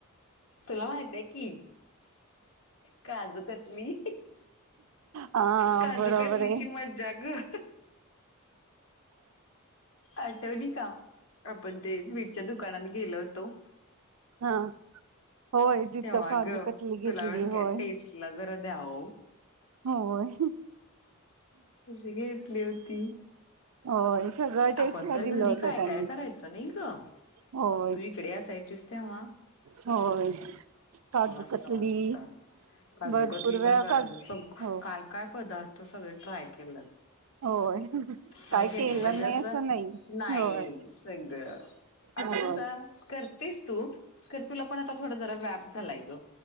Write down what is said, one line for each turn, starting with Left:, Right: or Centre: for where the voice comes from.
Left: तुला माहित आहे की काजूकतली
Right: हा
Left: काजूकतलीची
Right: बरोबर आहे
Left: मज्जा गं आठवली का? पण ते वीटच्या दुकानात गेलो तो,
Right: हा होय तिथ
Left: तेव्हा
Right: काजू
Left: ग
Right: कतली घेतली
Left: तुला पण काय
Right: होय
Left: टेस्टला जरा द्याव
Right: होय,
Left: कशी घेतली होती,
Right: होय सगळं टेस्टला
Left: आपण तर
Right: दिलं
Left: घरी
Right: होतं
Left: काय
Right: त्यांनी
Left: काय करायचं नाही गं
Right: होय
Left: तू इकडे असायचीस तेव्हा
Right: होय काजू
Left: मस्त
Right: कतली
Left: मस्त काजू
Right: भरपूर
Left: कतली
Right: वेळा
Left: पण करायच
Right: काजू
Left: सगळं
Right: हो
Left: काय काय पदार्थ, सगळं ट्राय केलं
Right: होय
Left: ह
Right: काय
Left: की
Right: केलं
Left: नाही म्हणजे असं
Right: नाही
Left: नाही
Right: होय
Left: सगळं आता
Right: होय
Left: कस करत तेच तू तर तुला पण आता थोडा जरा व्याप चलाय गं